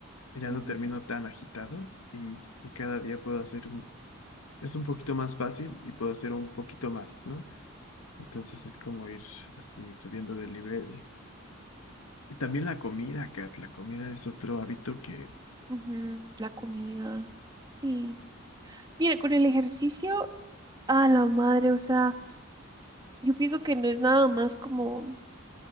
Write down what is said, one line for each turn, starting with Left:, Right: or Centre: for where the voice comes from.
Left: ya
Right: Ujú,
Left: no termino tan agitado y, y cada día puedo hacer un es un poquito más fácil y puedo hacer un poquito más, ¿no? Entonces es como ir así subiendo de nivel. Y también la comida, Kat, la comida es otro hábito que,
Right: ujú, La comida. Sí. Mira, con el ejercicio, a la madre, o sea, yo pienso que no es nada más como.